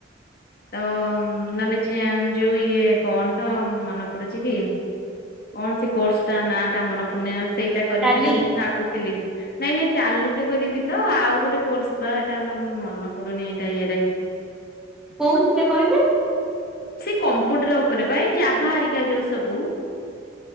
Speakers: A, on the left (about 50°); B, in the centre.
A: ତ ନହେଲେ ଜିଆନଗ ଯୋଉ ଇଏ କଣ ତ ମନେ ପଡୁଛି କି। କଣ ସେ କୋର୍ସ ଟା ନା। ତା ମନ ପୂରି ନାହିଁ ନହେଲେ ସେଇଟା କରିବି
B: ଟାଲି
A: ଏମିତି ଭାବୁଥିଲି ନାଇଁ ନାଇଁ ଟାଲି ତ କରିବି ତ ଆଉ ଗୋଟେ କୋର୍ସ ବା ଏଇଟା ଗୋଟେ ମନ ପଡୁନି ଏଇଟା ଇୟରେ,
B: କୋଉଥିରେ କହିଲେ?
A: ସେ କମ୍ପୁଟର ଉପରେ ବା ଏଇ ଜାଭା ହାରିକା ଯୋଉ ସବୁ।